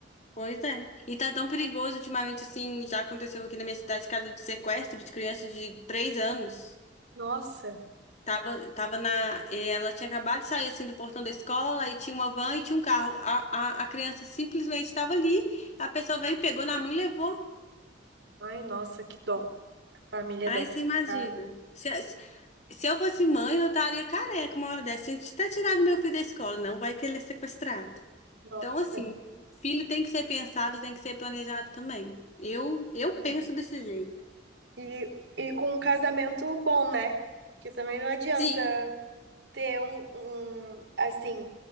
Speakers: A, on the left (about 40°); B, on the right (about 75°).
A: Pois é. E tá tão perigoso ultimamente, assim, já aconteceu aqui na minha cidade, caso de sequestro de crianças de três anos.
B: Nossa.
A: Tava, tava na. e Ela tinha acabado de sair assim do portão da escola, aí tinha uma van e tinha um carro. A, a, a criança simplesmente estava ali, a pessoa veio, pegou na mão e levou.
B: Ai, nossa, que dó. A família
A: Aí
B: deve
A: você
B: ficar.
A: imagina. Se, se eu fosse mãe, eu estaria careca uma hora dessa. Gente, tá tirando meu filho da escola, não vai que ele é sequestrado.
B: Nossa.
A: Então, assim, filho tem que ser pensado, tem que ser planejado também. Eu, eu penso
B: É.
A: desse jeito.
B: E, e com um casamento bom, né? Porque também não adianta
A: Sim,
B: ter um, um, assim,